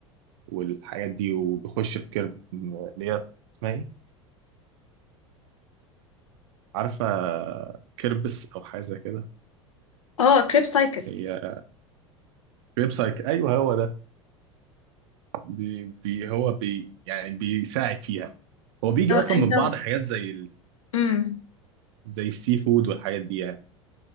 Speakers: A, on the right; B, on the left.
A: والحاجات دي وبيخش في كيرب آه، اللي هي اسمها ايه؟ عارفه كيربس او حاجه زي كده
B: اه كريب سايكل
A: هي ويب سايت ايوه هو ده بي بي هو بي يعني بيساعد فيها هو بيجي
B: لو انت
A: اصلا من بعض حاجات زي ال-
B: امم
A: زي السي فود والحاجات دي يعني